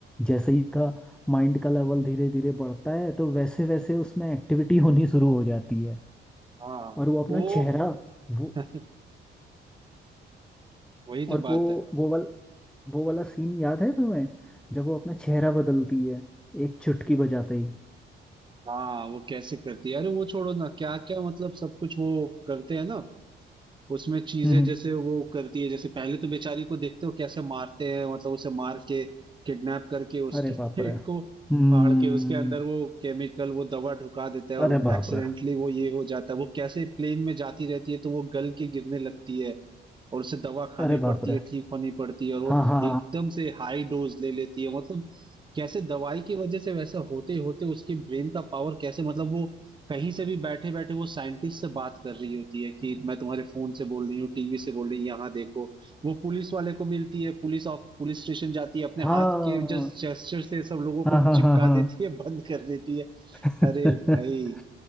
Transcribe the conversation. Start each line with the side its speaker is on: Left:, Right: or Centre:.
Centre: जैसे ही का माइंड का लेवल धीरे धीरे बढ़ता है तो वैसे वैसे उसमें एक्टिविटी होनी शुरू हो जाती है
Right: हाँ
Centre: और वो अपना
Right: वो
Centre: चेहरा वो
Right: <laughs> वही
Centre: और
Right: तो बात
Centre: वो
Right: है
Centre: वो वाल वो वाला सीन याद है तुम्हें जब वो अपना चेहरा बदलती है एक चुटकी बजाते ही
Right: हाँ वो कैसे करती है अरे वो छोड़ो ना क्या क्या मतलब सब कुछ वो करते हैं ना उसमें चीजें
Centre: हम्म
Right: जैसे वो करती है जैसे पहले तो बेचारी को देखते हो कैसे मारते हैं मतलब उसे मार के किडनैप करके उसके
Centre: अरे
Right: <laughs>
Centre: बाप
Right: पेट
Centre: रे हम्म
Right: को फाड़ के उसके अंदर वो केमिकल वो दवा ढुका देता है और
Centre: अरे बाप
Right: एक्सीडेंटली
Centre: रे
Right: वो ये हो जाता है वो कैसे प्लेन में जाती रहती है तो वो गल के गिरने लगती है और उसे दवा खानी
Centre: अरे बाप
Right: पड़ती
Centre: रे
Right: है ठीक होनी पड़ती है और वो
Centre: हाँ हाँ
Right: एकदम से हाई डोज ले लेती है मतलब कैसे दवाई की वजह से वैसा होते होते उसके ब्रेन का पावर कैसे मतलब वो कहीं से भी बैठे बैठे वो साइंटिस्ट से बात कर रही होती है कि मैं तुम्हारे फोन से बोल रही हूँ टीवी से बोल रही हूँ यहाँ देखो वो पुलिस वाले को मिलती है पुलिस ऑफ पुलिस स्टेशन जाती है अपने
Centre: हाँ
Right: हाथ के
Centre: हाँ
Right: जस्ट जेस्चर से सब लोगों
Centre: हाँ
Right: को
Centre: हाँ
Right: चिपका
Centre: हाँ हाँ
Right: देती है बंद कर देती है
Centre: <laughs>
Right: अरे भाई